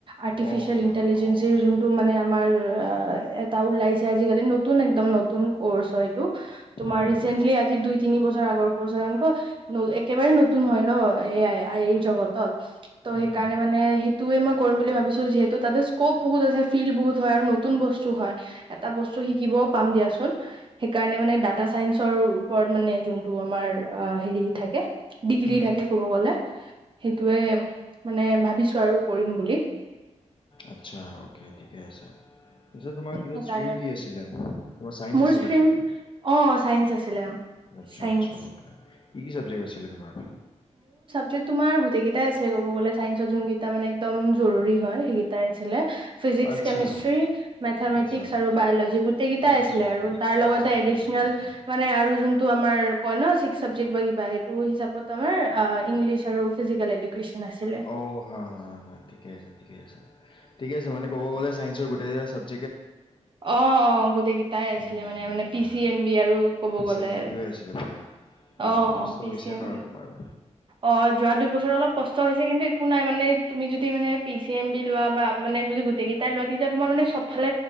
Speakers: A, on the right; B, on the left.
A: আৰ্তিফিচিচিয়েল
B: অ ইয়া
A: ইন্টেলিজেন্ত
B: অ অ
A: যোন মানে আমাৰ <unintelligible> এটা ওলাইছে আজাকালি নতু নতুন একদম নতুন কৰ্চ হয়। টো তোমাল
B: উম
A: ৰেচেণ্টলী আজি দুই তিনি বছৰ তাৰ আগ <unintelligible> একেবাৰে নতুন হয় ন এ আই এই জগতত ত' সেইকাৰণে
B: উম
A: মানে সেই টোৱে মই কৰিম বুলি ভাবিছো যিহেতু তাতে স্কপ বহুত আছে ফিল্ড বহুত হয় আৰু নতুন বস্তু হয় এটা বস্তু শিকিবও পাম দিয়াচোন। সেইকাৰণে মানে ডাটা চাইন্সৰ ওপৰত মানে যোনটো হেৰি থাকে, ডিগ্ৰী
B: উম
A: থাকে ক'ব গলে সেইটোৱে মানে ভাবিছোঁ কৰিম বুলি।
B: আচ্ছা, অ'কে ঠিকে আছে, পিছে তোমাৰ কি ক'
A: সেইকাৰণে
B: ষ্ট্ৰীম কি আছিলে? তোমাৰ চাইন্স
A: মোৰ
B: আছিলে
A: ষ্ট্ৰীম
B: চাগে?
A: অ', চাইন্স আছ ছিলে অ।
B: আচ্ছা,
A: চাইন্স
B: আচ্ছা, অ'কে কি কি চাবজেক্ট আছিলে তোমাৰ?
A: টো তোমাৰ গোটেই কেইটা আছিলে ক'ব গ'লে চাইন্সত যোনকেইটা মানে একদম জৰুৰী হয়, সেইকেইটাই আছিলে ফিজিক্স,
B: আচ্ছা
A: কেমেষ্ট্ৰি, মেথমেটিকস
B: আচ্ছা
A: আৰু বায়লজি গোটেই কেইটাই
B: আচ্ছা আচ্ছা
A: আছিলে
B: আচ্ছা
A: আৰু তাৰ লগত
B: আচ্ছা আচ্ছা
A: ৰিছৱেল
B: গম পাইছো।
A: আৰু যোনটো আমাৰ কয় ন' চিক্স চাবজেক্ট বা সেইটো হিচাপত আমাৰ অ', ইংলিছ আৰু <unintelligible> আছিলে
B: অ', হয়, হয়, ঠিকে আছ, ঠিকে আছে, ঠিকে আছে, মানে ক'ব গ'লে চাইন্সৰ গোটেইকেইটা চাবজেক্ট
A: অ-অ গোটেই কি তাই আছিলে
B: উম
A: মানে মানে পি
B: হা
A: চি এম বি আৰু কব
B: পি
A: গলে
B: চি এম বিটোৱে আছিলে পুৰা
A: অ
B: কষ্ট
A: অ পি
B: হৈছে
A: চি এম,
B: বাৰু তোমাৰো
A: অ যোৱা দুবছৰ অলপ কষ্ট হৈছে কিন্তু একো নাই মানে তুমি যদি মানে পি চি এম বি লোৱা বা মানে যদি গোটেইকেইটাই লোৱা তেতিয়া তোমাৰ মানে চব ভালে